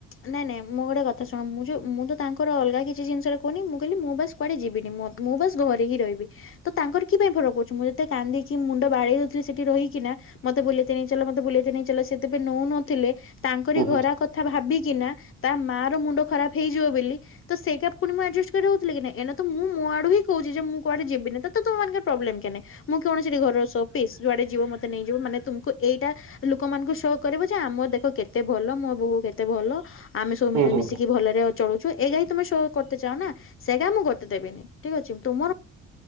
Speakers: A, on the left; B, on the right.
A: ନାଇଁ ନାଇଁ ମୁଁ ଗୋଟେ କଥା ଶୁଣ ମୁଁ ଯୋଉ ମୁଁ ତ ତାଙ୍କର ଅଲଗା କିଛି ଜିନିଷରେ କହୁନି ମୁଁ କହିଲି ମୁଁ ବାସ୍ କୁଆଡ଼େ ଯିବିନି। ମୋତ ମୁଁ ବାସ ଘରେ ହିଁ ରହିବି। ତ ତାଙ୍କର କି ପାଇଁ ଫରକଭପଡୁଛି? ମୁଁ ଯେତେ କାନ୍ଦିଚି ମୁଣ୍ଡ ବାଡେଇ ଦୋଉଥିଲି ସେଠି ରହିକିନା। ମତେ ବୁଲଇତେ ନେଇଚାଲ ମତେ ବୁଲେଇତେ ନେଇ ଚାଲ ସେ ତେବେ ନୋଉନଥିଲେ ତାଙ୍କରି
B: ହୁଁ
A: ଘର କଥା ଭାବି କିନା ତା ମା ର ମୁଣ୍ଡ ଖରାପ ହେଇଯିବ ବେଲି ତ ସେଇଟା ପୁଣି ମୁଁ ଆଡଜଷ୍ଟ କରିକି ରହୁଥିଲି କି ନାଇଁ। ଏଇନା ତ ମୁଁ ମୋ ଆଡୁ ହିଁ କହୁଛି ଯେ ମୁଁ କୁଆଡେ ଯିବିନି। ତ ତମ ମାନଙ୍କର ପ୍ରୋବ୍ଲେମ କେନେ? ମୁଁ କଣ ସେଠି ଘରର ସୋ ପିସ୍ ଯୁଆଡେ ଯିବୁ ମତେ ନେଇଯିବୁ ମାନେ ତୁମ୍କୁ ଏଇଟା ଲୋକମାନଙ୍କୁ ସୋ କରିବୁ ଯେ ଆମର ଦେଖ କେତେ ଭଲ ମୋ ବୋହୁ କେ ତେ ଭଲ ଆମେ ସବୁ
B: ହୁଁ
A: ମିଳିମିଶିକି
B: ହୁଁ
A: ଭଲରେ ଅ ଚଳୁଛୁ ଏଗା ହିଁ ତମେ ସୋ କରତେ ଚାହଁନା ସେଗା ମୁଁ କରତେ ଦେବିନି। ଠିକ ଅଛି ତୁମର